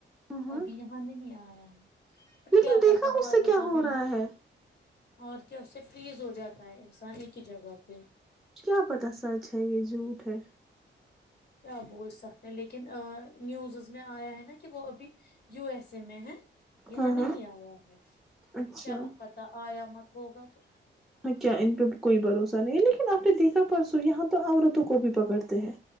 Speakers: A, in the centre; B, on the left.
A: ہاں ہاں
B: ابھی یہاں نہیں آ رہا ہوں ہ
A: لیکن
B: کیا
A: دیکھا
B: پتا
A: اس
B: آئے
A: سے کیا
B: گا
A: ہو
B: بیمار
A: رہا ہے
B: اور کیا اس پ فریز ہو جاتا ہے انسانی کی جگہ پہ
A: کیا پت سچ ہے یہ جھوٹ ہے
B: کیا بول سکتے ہیں لیکن نیوزز میں آیا ہے نا کہ وہ ابھی یو ایس ے میں ہے یہاں
A: ہاں
B: نہیں
A: ہاں
B: آیا ہے
A: اچھا
B: کیا پتا آیا مت ہوگا تو
A: ہاں کیا ان پہ کوئی بھروسہ نہیں ہے لیکن آپ نے دیکھا پرسوں یہاں تو عورتوں کو بھی پکڑتے ہیں